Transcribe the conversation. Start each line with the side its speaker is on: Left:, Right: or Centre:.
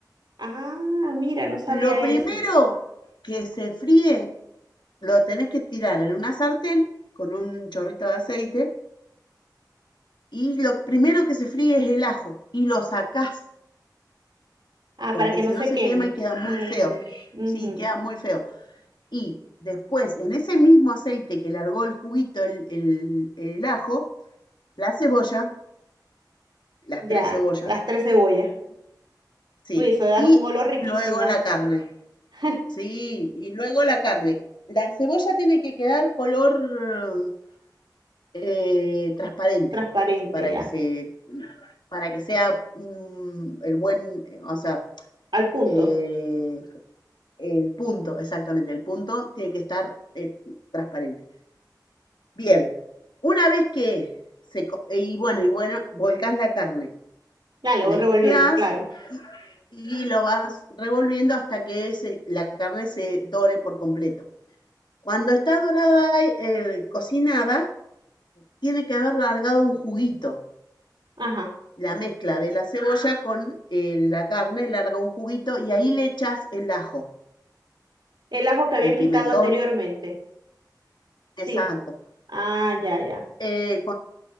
Right: Ah, mira, no sabía
Left: Lo primero
Right: eso.
Left: que se fríe, lo tenés que tirar en una sartén con un chorrito de aceite y lo primero que se fríe es el ajo y lo sacás,
Right: Ah,
Left: porque
Right: para que
Left: si
Right: no se
Left: no se
Right: queme.
Left: quema y queda muy
Right: Mm,
Left: feo.
Right: ujú,
Left: Sí, queda muy feo. Y después, en ese mismo aceite que largó el juguito, el, el- el ajo, la cebolla, las
Right: Ya,
Left: tres cebollas,
Right: las tres cebollas.
Left: sí,
Right: Uy, eso debe dar
Left: y
Right: un olor riquísimo.
Left: luego la carne,
Right: <laughs>
Left: sí, y luego la carne. La cebolla tiene que quedar color eh, transparente
Right: Transparente,
Left: para
Right: ya.
Left: que se, para que sea mm, el buen, eh, o sea,
Right: Al punto.
Left: Eh, el punto, exactamente, el punto tiene que estar eh, transparente. Bien, una vez que se, y bueno, y bueno, volcás la carne,
Right: Ya, lo
Left: mezclas
Right: voy revolviendo, claro.
Left: y lo vas revolviendo hasta que se- la carne se dore por completo. Cuando está dorada, eh, cocinada, tiene que haber largado un juguito.
Right: Ajá.
Left: La mezcla de la cebolla con eh, la carne larga un juguito y ahí le echas el ajo,
Right: El ajo que había
Left: el
Right: quitado
Left: pimentón,
Right: anteriormente.
Left: es
Right: Sí.
Left: santo.
Right: Ah, ya, ya.
Left: Eh,